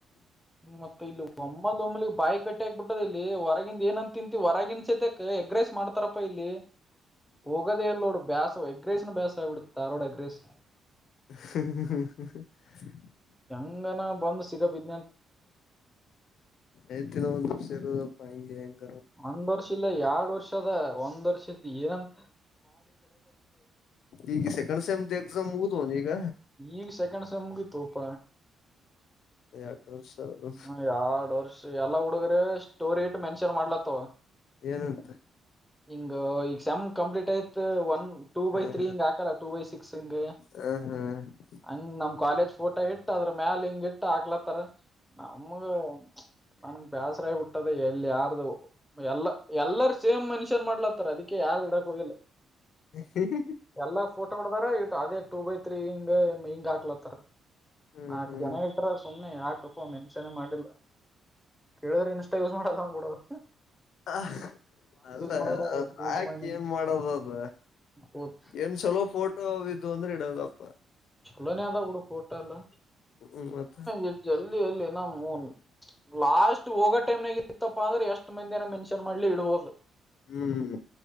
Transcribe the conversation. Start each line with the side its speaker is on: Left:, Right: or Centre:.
Centre: ್ಮ ಮತ್ತೆ ಇಲ್ಲಿ ಒಮ್ಮಲ್ ಒಮ್ಮಲಿ ಬಾಯಿ ಕಟ್ಟಿ ಆಕ್ಬಿಟ್ಟದ ಇಲ್ಲಿ ಹೊರ ಹೊರಗಂದ ಏನಂತ ತಿಂತೀ ಹೊರಗನ್ ಸೈತೆಕ್ ಎಗ್ರೈಸ್ ಮಾಡ್ತಾರಪ್ಪಾ ಇಲ್ಲಿ ಹೋಗದೇಲ್ಲೋಡ ಬಸ ಎಗ್ರೇಸನ್ ಬೇಸ ಆಿ ಬಿಡ್ತಾರೋಡ ಎಗ್ರೇಸ್
Left: ಹ <inaudible>
Centre: ಂಗ ಬಂದ್ <inaudible> ಚಿಗವಿದ್
Left: ಆಯ್ತಿನ ಒಂದ್ ವರ್ಷ ಇರೋದು ಭಯ <unintelligible>
Centre: ಒಂದ್ ವರ್ಷ ಇಲ್ಲ ಎರಡ್ ವರ್ಷ ದ ಒಂದ ವರ್ಷದ ಏನ <unintelligible>
Left: ಈಗ ಸೆಕೆಂಡ್ ಸೆಮತ್ ಎಕ್ಸಾಮ್ ಊದವನ ಈಗ
Centre: ಈಗ ಸೆಕೆಂಡ್ ಸಮಮಗ ತೋಪ
Left: ಎರ್ಡ್ ವರ್ಷ ಅದು
Centre: ಹ್ಮ ಎರಡ್ ವರ್ಷ ಎಲ್ಲ ಹುಡುಗ್ರ ಸ್ಟೋರಿ ಇಟ್ ಮೆನ್ಷನ್ ಮಾಡ್ಲತ್ತ
Left: ಏನಂತ
Centre: ಹಿಂಗ ಎಕ್ಸಾಮ್ ಕಂಪ್ಲೀಟ್ ಆಯ್ತು ಒನ್ ಟೂ ಬೈ
Left: ಹ
Centre: ತ್ರ್ರೀ ಹಿಂಗ್ ಹಾಕಲ್ಲ ಟೂ ಬೈ ಸಿಕ್ಸ್ ಹಿಂಗ
Left: ಹ ಹ ಹಾ
Centre: ಹಂಗ್ ನಮ್ ಕಾಲೇಜ್ ಫುಲ್ ಊಟ ಇಟ್ಟ ಅದ್ರ ಮ್ಯಾಲ ಹಿಂಗ ಇಟ್ಟ ಹಾಕ್ಲತ್ತಾರ ನಮಗ ನನ್ಗ್ ಬೇಾಸರ ಆಬುಟ್ಟು <unintelligible> ತದ ಎಲ್ಲಿ ಯಾರ್ದು ಎಲ್ಲ ಎಲ್ಲಾರ ಸೇಮ್ ಮೆನ್ಷನ್ ಮಾಡ್ಲತ್ತಾರ ಅದಕ್ಕೆ ಯಾರ್ದು ಇಡಕ್ ಹೋಗಿಲ್ಲ
Left: ಹ್ಮ್
Centre: ಎಲ್ಲ ಫೋಟೋ ಮಾಡಿದಾರ ಇ ಅದೇ <unintelligible> ಟೂ ಬೈ ತ್ರೀ ಇಂ ಹಿಂಗ್ ಹಕ್ಲತ್ತರ್
Left: ಹ್ಮ್
Centre: ನಾಲ್ಕು
Left: ಹ್ಮ್ ಹ್ಮ್
Centre: ಜನ ಇಟ್ರ ಸುಮ್ಮನೆ ಯಾಕು ಮೆನ್ಸನೇ ಮಾಡಿಲ್ಲ ಕೇಳಿದ್ರೆ ಇನ್ಸ್ಟಾ ಯೂಸ್ ಮಾಡಲ್ಲಂದ್ಬಿಡೋದು
Left: ಹ ಅಲ್ಲ
Centre: ಮಾಡಲ್ಲ ಡಿಲೀಟ್
Left: ಆಾಕ
Centre: ಮಾಡಿ
Left: ಏನ್ ಮಾಡದ ಅದ
Centre: ಹೌದು
Left: ಏನ್ ಚಲೋ ಫೋಟೋ ಇದಿದು ಅಂದ್ರೆ ಇಡದಪ್ಪ
Centre: ಲೋನ ಅದ ಕೂಡ ಫೋಟ ಎಲ್ಲ
Left: ಹ್ಮ್ ಮತ್ತ
Centre: ಇ ಜಲ್ದಿ ಇಲ್ಲಿ ನನ್ ಲಾಸ್ಟ್ ಹೋಗೋ ಟೈಮ್ನಾಗ ಇತ್ತಪ್ಪ ಅಂದ್ರೆ ಎಷ್ಟ್ ಮಂದಿನ ಮೆನ್ಷನ್ ಮಾಡ್ಲಿ ಇಡ್ಬೋುದು
Left: ಹ್ಮ್